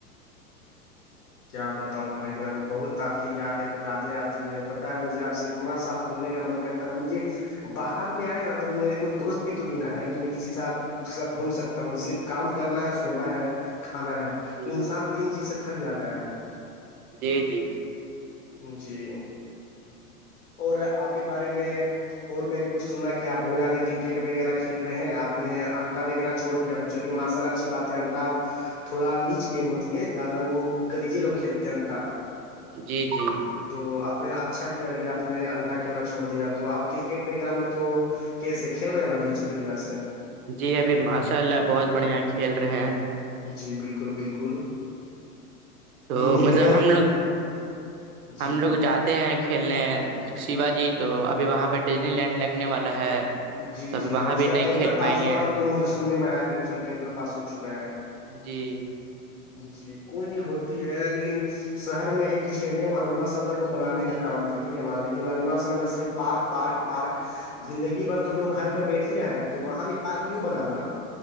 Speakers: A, on the left; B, on the right.
A: کیا بتاؤ بھائی جان بہت آپ کی یا یادیں آتی ہے بتا ہے مجھے آپ سےتنا ساتھ گھومنے کا من کرتا نا مجھے باہر میں آیا نا تو میرے کوئی دوست بھی ت نہیں نہئے کہ میں کسی ساتھ <unintelligible> اس کے ساتھ گھوم سکتا ہوں صرف کام کرنا ہے سونا ہے کھانا ہے
B: جی
A: تو انسان تین چیز سے تھٹ جاتا ہے
B: جی جی
A: جی اور آپ کے بارے میں اور میں نے کچھ سنا کہ آپ بہت زیادہ کرکٹ وغیرہ کھیل رہے ہیں آپ نے انٹا وغیرہ چھوڑ دیا ا چلیے ماں سال اچھی بات ہے انٹا تھوڑا نیچ گیم ہوتی ہے زیادہ وہ گلیجے لوگ کھیلتے ہیں انٹا
B: جی جی
A: تو آپ نے اچھا کیا کہ آپ نے انٹا کھیلنا چھوڑ دیا تو آپ کرکٹ وغیرہ میں تو کیسے کھیل رہے ہیں نا ابھی اچھا طریقہ سے
B: جی ابھی ماشاء اللہ بہت بڑھیا کھیل رہے ہیں
A: جی بالکل بالکل
B: تو
A: میں
B: مطلب
A: نے
B: ہم لوگ ہم
A: جی
B: لوگ جات <unintelligible> ہیں کھیلنے شیوا جی تو ابھی وہاں پہ ڈزنی لینڈ لگنے والا ہے
A: جی
B: تو ابھی
A: جی
B: وہاں
A: ہاں اس
B: بھی
A: کا
B: نہیں
A: ینڈر
B: کھیل پائیں
A: پاس
B: گے
A: ہوا تھا تو مجھے سننے میں آیا تھا کہ اس کا ینڈر پاس ہو چکا ہے
B: جی
A: جی کونی ہوتی ہے لیکن شہر میں ایک اسٹیڈیم ارونا شنکر کو بنانے کا کام تھا ٹھیک ہے نا ارناا Shankar Sharif park park park زندگی بھر <unintelligible> تو لوگ گھر میں بیٹھ ہی رہے ہیں تو وہاں بھی پارک کیوں بنانا